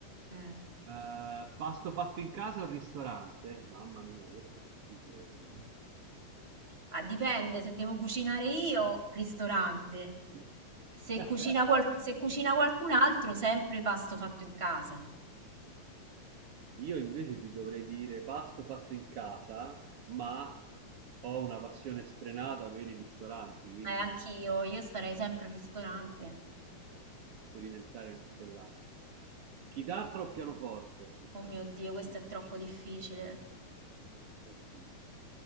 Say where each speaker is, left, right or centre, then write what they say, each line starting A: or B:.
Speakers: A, on the right; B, on the right.
A: Mm.
B: Ehm, pasto fatto in casa o ristorante? Mamma mia, questo è difficile per
A: Ah, dipende, se devo cucinare io, ristorante.
B: me.
A: Se
B: <laughs>
A: cucina, qual- se cucina qualcun altro, sempre pasto fatto in casa.
B: Io invece ti dovrei dire pasto fatto in casa, ma ho una passione sfrenata per i ristoranti, quindi
A: Eh, anch'io, io starei sempre al ristorante.
B: eh, sperimentare anche là. Chitarra o pianoforte? Madonna,
A: Oh mio Dio, questo
B: difficile.
A: è troppo difficile.
B: Eh sì.